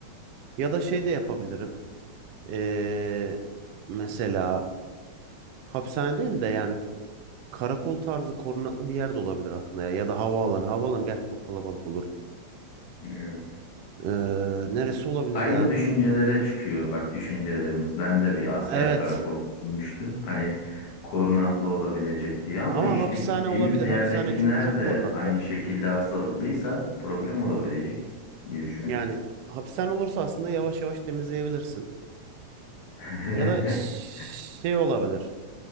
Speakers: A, on the right; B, on the left.
A: Ya da şey de yapabilirim. Eee mesela Hapishane değil de yani karakol tarzı korunaklı bir yer de olabilir aslında ya. Ya da havaalanı. Havaalanı gerçi çok kalabalık olur.
B: Evet.
A: Ee, neresi olabilir
B: Aynı
A: ya?
B: düşüncelere çıkıyor bak düşüncelerimiz. Ben de bir asker
A: Evet.
B: karakolu düşünmüştüm. Hani korunaklı olabilecek diye ama
A: Ama
B: işte
A: hapishane
B: gittiğimiz
A: olabilir.
B: yerdekiler
A: Hapishane çünkü çok
B: de
A: korunaklı.
B: aynı şekilde hastalıklıysa problem olabilecek diye düşünüyorum.
A: Yani hapishane olursa aslında yavaş yavaş temizleyebilirsin.
B: <laughs>
A: Ya da ş- şey olabilir.